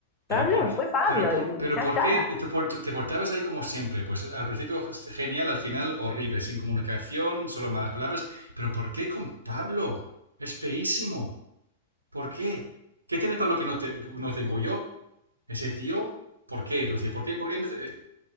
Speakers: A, on the right (about 80°); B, on the left (about 25°).
A: Pero
B: Pablo
A: ¿por qué,
B: fue Pablo
A: pero por,
B: y
A: pero
B: ya
A: por
B: está.
A: qué te, por- te portabas ahí como siempre? Pues al principio genial, al final horrible, sin comunicación, solo malas palabras. Pero ¿por qué con Pablo? Es feísimo. ¿Por qué? ¿Qué tiene Pablo que no, te- no tengo yo? ¿Ese tío? ¿Por qué, Lucía? ¿Por qué? ¿Por qué empecé- eh,